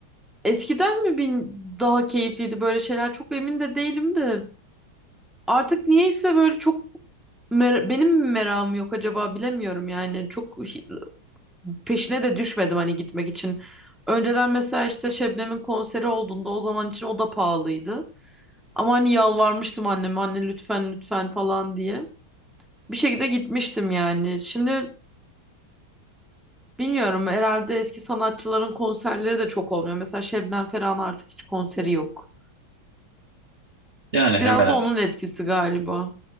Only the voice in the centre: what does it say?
Eskiden mi bin daha keyifliydi böyle şeyler? Çok emin de değilim de. Artık niyeyse böyle çok mer- benim mi merakım yok acaba bilemiyorum yani. Çok hi- peşine de düşmedim hani gitmek için. Önceden mesela işte Şebnem'in konseri olduğunda o zaman için o da pahalıydı. Ama hani yalvarmıştım anneme anne lütfen lütfen falan diye. Bir şekilde gitmiştim yani. Şimdi bilmiyorum herhalde eski sanatçıların konserleri de çok olmuyor. Mesela Şebnem Ferah'ın artık hiç konseri yok.
Biraz
da onun etkisi galiba.